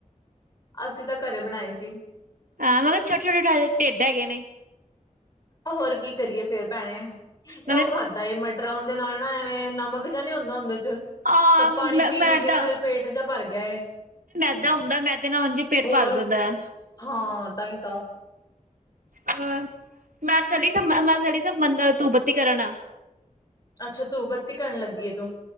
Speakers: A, on the left; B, on the right.
A: ਅਸੀਂ ਤਾਂ ਘਰੇ ਬਣਾਏ ਸੀ।
B: ਹਾਂ! ਮਖਾਂ ਛੋਟੇ-ਛੋਟੇ ਤਾਂ ਹਜੇ ਢਿੱਡ ਹੈਗੇ ਨੇ।
A: ਹੋਰ ਕੀ ਕਰੀਏ ਫੇਰ ਭੈਣੇ
B: ਮਗਰ
A: ਏ ਓ। ਖਾਂਦਾ ਏ ਮਟਰਾਂ ਉਦੇ ਨਾਲ ਨਾ ਐਵੇਂ ਨਮਕ ਜਿਹਾ ਨੀ ਹੁੰਦਾ ਉਦੇ 'ਚ।
B: ਆ
A: ਤਾਂ ਪਾਣੀ ਪੀ-ਪੀ
B: ਮੈਦਾ
A: ਕੇ ਨਾ ਮੇਰਾ ਪੇਟ ਜਿਹਾ ਭਰ ਗਿਆ ਏ।
B: ਮੈਦਾ ਹੁੰਦਾ ਮੈਦੇ ਨਾਲ ਉਂਝ ਹੀ ਪੇਟ
A: ਹੋਰ
B: ਭਰ ਜਾਂਦਾ ਆ।
A: ਹਾਂ! ਤਾਂ ਹੀ ਤਾਂ।
B: ਅਹ ਮੈਂ ਚਲੀ ਜਾ ਮੈਂ ਚਲੀ ਜਾ ਮੰਦਰ ਤੂੰ ਬੱਤੀ ਕਰਨ।
A: ਅੱਛਾ! ਧੂਫ ਬੱਤੀ ਕਰਨ ਲੱਗੀ ਹੈ ਤੂੰ।